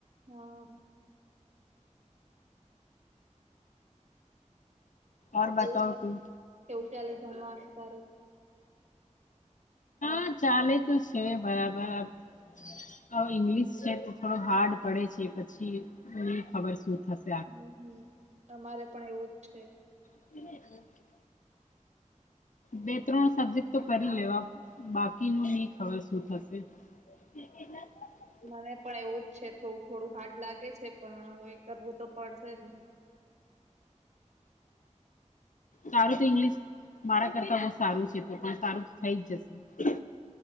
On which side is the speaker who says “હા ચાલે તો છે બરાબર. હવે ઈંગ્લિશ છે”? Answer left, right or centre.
Left